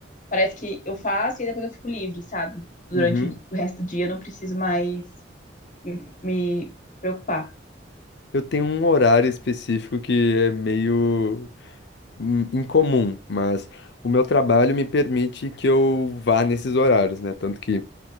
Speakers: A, on the left; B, on the left.
A: parece que eu faço e depois eu fico livre, sabe? Durante
B: Uhum.
A: o o resto do dia eu não preciso mais me, me preocupar.
B: Eu tenho um horário específico que é meio in- incomum, mas o meu trabalho me permite que eu vá nesses horários, né? Tanto que